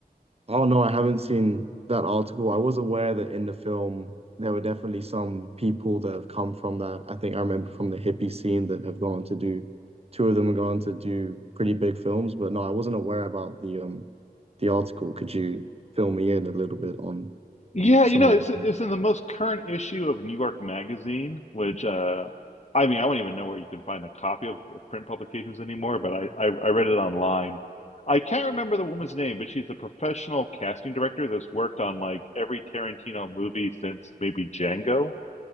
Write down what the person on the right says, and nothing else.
Oh no, I haven't seen that article. I was aware that in the film there were definitely some people that have come from that. I think I remember from the hippie scene that have gone to do two of them have gone to do pretty big films, but no, I wasn't aware about the um the article. Could you fill me in a little bit on
some
more
of
them?